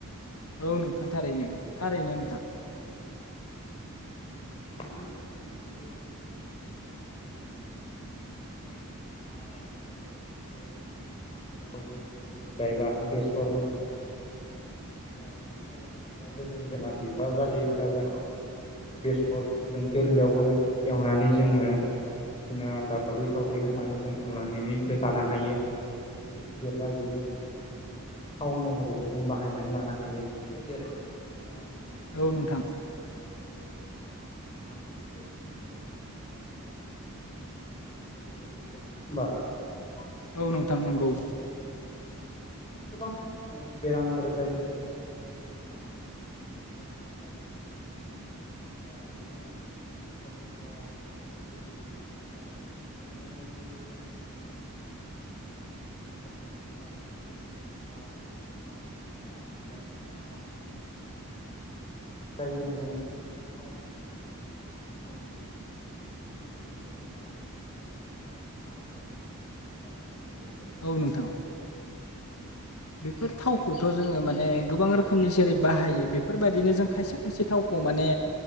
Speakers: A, on the left; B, on the left.
A: औ नोंथां थारैनो थारैनो नोंथां।
B: औ उम बेसेनो हायो जों माने न'आवनो गायनानै <unintelligible> जों न'आवनो हा हा बारिफोर दं बे हाफोराव जों बेसर गायबा बेसरनिफ्राय जों थाव मोनगोन ओ बिदिनो बें नुनायावबो जों जोंना बिबार बारि जागोन जों बेखो बेसरखो जों गोरलैयावबो एवनानै जोङो बायदिसि सिना दावदै सावदै होनानै जों एवनानैबो जानो हायो बेनिफ्राय जि देरबाय बियो जों बेखौ माने थाव महरैबो जों बाहायनानै लानो हायो बेबायदि आरो ओ जोंना
A: औ नोंथां
B: हाथायफोराव बाजाराव नायनायफोराथ' माबेनिफ्राय बिथांमोनाबो माबेनिफ्राय थाव बानायनानै जोंङो दाखालिनिफ्राय जेबो बुजिया नङा होमबा नोंथां?
A: औ नोंथां नोंगौ।
B: औ बिदिनो गोबां ओ बेरामफोर जायफोर बेरामफोरा जोङो जानाङामोन बेफोर बेरामफोर जानानै जोंखौ नाय ओ गोबां बिदिनो खस्थ' न'खरखो दुखु होलां थाङो आरो बेनिखायनो जों रेस होनो हायो जोंङो माने ओ जोंनि न'आव बानायनाय बेसरनि थाव बेनिफ्राय सान बिबारनि थाव बेनिफ्राय बायदिसिना जायजों जोङो थाव बानायनानै जानो हायो बा थाव जों नुनो हायो बेफोर खौ जोङो गायनानै जों माने न'आवनो लानांगौ आरो नोंथां ओ नोंथाङाबो इसे बुंबावदो?
A: औ नोंथां बेफोर थावखौथ' जोङो माने गोबां रोखोमनि जेरै बाहायो बेफोरबायदिनो जों खायसे खायसे थावखौ माने